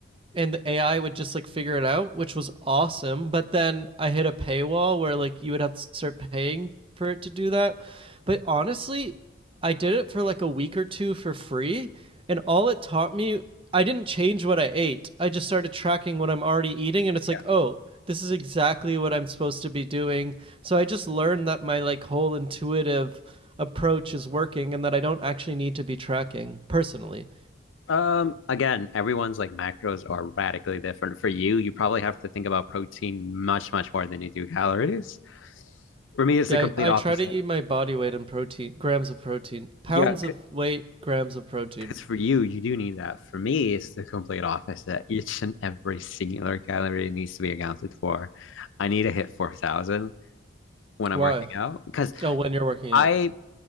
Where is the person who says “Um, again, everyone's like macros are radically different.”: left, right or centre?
Left